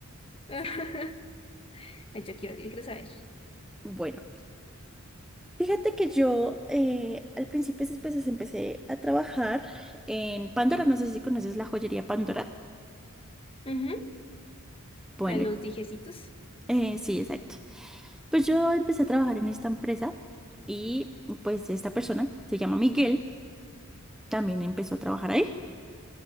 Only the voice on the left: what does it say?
<laughs> Ay, Yo quiero, yo quiero saber.
Ujú,
La de los dijecitos.